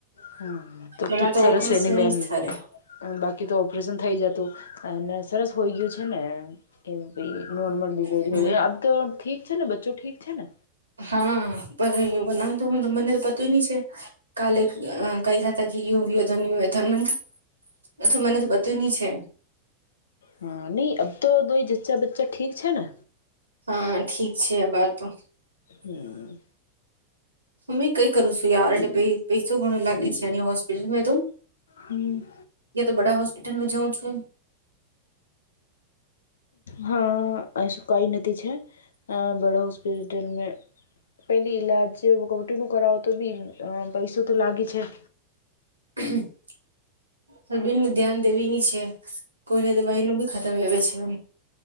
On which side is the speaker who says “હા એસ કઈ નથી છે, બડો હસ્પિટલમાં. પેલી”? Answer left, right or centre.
Left